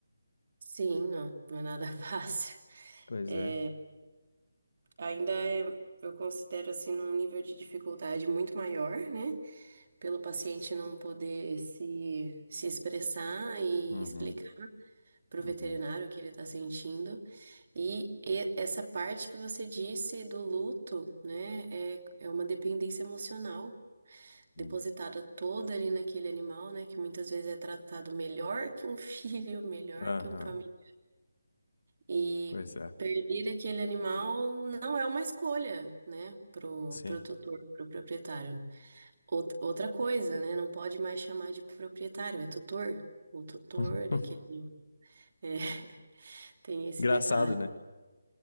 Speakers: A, on the right; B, on the left.
A: Sim, não, não é nada <laughs> fácil.
B: Pois
A: É,
B: é.
A: ainda é, eu considero, assim, num nível de dificuldade muito maior, né? Pelo paciente não poder se, se expressar e
B: Uhum,
A: explicar. pro
B: uhum,
A: veterinário o que ele tá sentindo. E, e- essa parte que você disse do luto, né, é, é uma dependência emocional
B: uhum.
A: depositada toda ali naquele animal, né, que muitas vezes é tratado melhor que um <laughs> filho, melhor
B: Aham.
A: que um família. E
B: Pois é.
A: perder aquele animal não é uma escolha, né, pro,
B: Sim.
A: pro tutor, pro proprietário. Out- Outra coisa, né, não pode mais chamar de proprietário, é tutor. O tutor
B: <laughs>
A: daquele animal. É, <laughs> tem esse
B: Engraçado,
A: detalhe.
B: né?